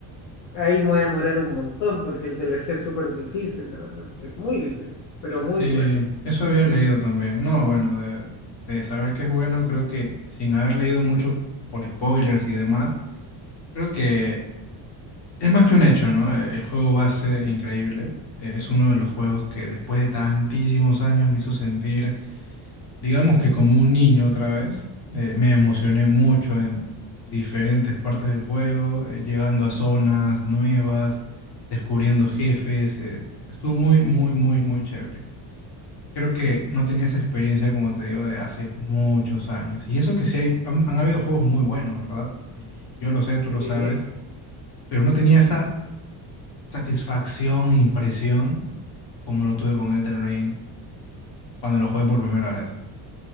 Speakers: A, on the left; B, on the left.
A: ahí me voy a demorar un montón porque el DLC es súper difícil, la verdad. Es muy difícil, pero muy
B: Sí,
A: bueno.
B: eso había leído también. No, bueno, de, de saber que es bueno, creo que sin haber leído mucho por spoilers y demás, creo que es más que un hecho, ¿no? Eh, El juego va a ser increíble. Eh, Es uno de los juegos que después de tantísimos años me hizo sentir. Digamos que como un niño otra vez, eh, me emocioné mucho en diferentes partes del juego, eh, llegando a zonas nuevas, descubriendo jefes. eh, estuvo muy, muy, muy, muy chévere. Creo que no tenía esa experiencia, como te digo, de hace muchos años. Y eso que sí hay, han, han habido juegos muy buenos, ¿verdad? Y- y yo lo sé, tú lo
A: Sí,
B: sabes, pero no tenía esa satisfacción, impresión, como lo tuve con Elden Ring cuando lo jugué por primera vez.